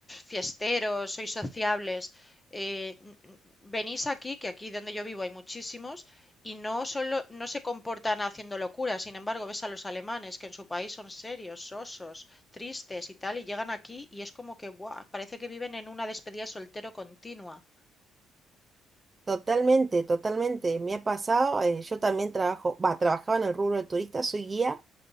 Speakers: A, on the left; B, on the right.
A: fiesteros, sois sociables, eh, n- n- venís aquí, que aquí donde yo vivo hay muchísimos, y no solo no se comportan haciendo locuras. Sin embargo, ves a los alemanes que en su país son serios, sosos, tristes y tal, y llegan aquí y es como que, ¡buah! Parece que viven en una despedida de soltero continua.
B: Totalmente, totalmente. Me ha pasado, eh, yo también trabajo, va, trabajaba en el rubro de turistas, soy guía.